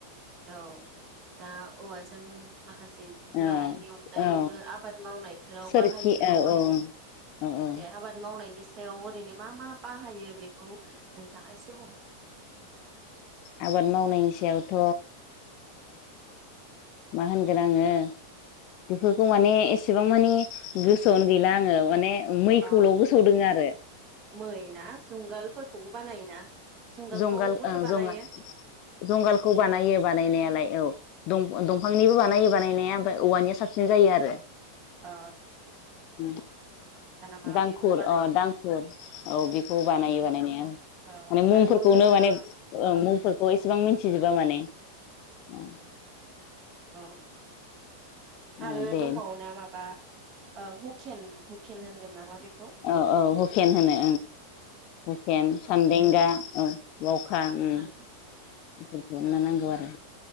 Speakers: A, on the right; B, on the left.
A: औ दा औवा जों माखासे
B: औ
A: जानायनि अनगायैबो
B: औ
A: आबाद मावनायफोराव
B: सोरखि
A: बाहायो
B: औ औ औ औ
A: दे आबाद मावनायनि सायाव ओरैनो मा मा बाहायो बेखौ नोंथाङा एसे बुं
B: आबाद मावनायनि सायावथ मा होनगोन आंङो बेफोरखौ माने एसेबां मानि गोसोआवनो गैला आंङो माने मैखौल
A: अ
B: गोसो आव दों आरो
A: मै ना जुंगालफोरखौबो बानायोना जुंगालखौबोथ'
B: जंगाल
A: बानायो
B: ज जंगालखौ बानायो बानायनायालाय औ दंफांनिबो बानायो बानाय बानायनाया ओम औवानिया साबसिन जायो आरो
A: अ
B: <unintelligible>
A: मा
B: दांखुर
A: बेखौ बानायो
B: अ दांखुर औ बेखौ बानायो बानायनाय माने
A: औ
B: मुंफोरखौनो
A: आरोबाव जोङो
B: माने
A: औ
B: मुंफोरखौ एसेबां मिथिजोबा माने औ
A: औ आरो
B: औ दे
A: दंबावो ना माबा ओ हुकेन हुकेन होनगोन नामा बेखौ
B: औ औ हुकेन होनो हुकेन होनो औ सान्देंगा औ बावखा बेफोरखौनो
A: सान औ
B: नांगौ आरो